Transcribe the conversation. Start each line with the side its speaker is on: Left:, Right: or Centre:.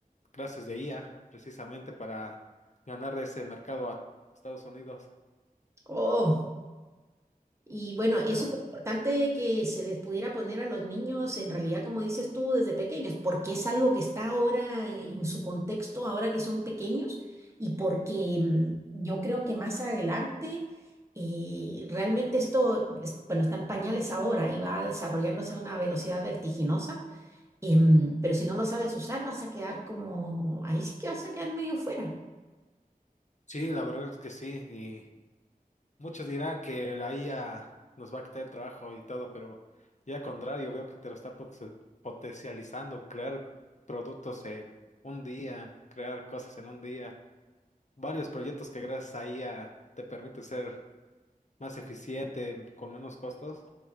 Left: clases de IA precisamente para ganar ese mercado a Estados Unidos.
Right: Oh. Y bueno,
Left: Pero
Right: es súper importante que se les pudiera poner a los niños, en realidad, como dices tú, desde pequeños, porque es algo que está ahora eh, en su contexto, ahora que son pequeños, y porque mm, yo creo que más adelante, eh, realmente esto, es- bueno, está en pañales ahora y va desarrollándose a una velocidad vertiginosa, em, pero si no lo sabes usar, vas a quedar como, ahí sí que vas a quedar medio fuera.
Left: Sí, la verdad es que sí, y muchos dirán que la IA nos va a quitar el trabajo y todo, pero ya al contrario, veo que te lo está pot- potencializando, crear productos en un día, crear cosas en un día, varios proyectos que gracias a IA te permite ser más eficiente, con menos costos.